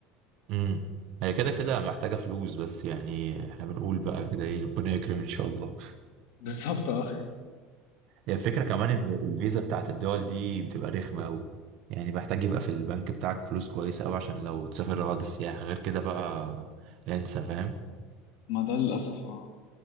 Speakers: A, on the right (about 60°); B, on the left (about 65°).
A: امم هي كده كده محتاجه فلوس بس يعني احنا بنقول بقى كده ايه ربنا يكرم ان شاء الله
B: <laughs> بالظبط اه
A: هي الفكره كمان ان الفيزا بتاعت الدول دي بتبقى رخمه قوي يعني محتاج يبقى في البنك بتاعك فلوس كويسه قوي عشان لو تسافر غرض السياحه غير كده بقى انسى فاهم
B: ما ده للاسف اه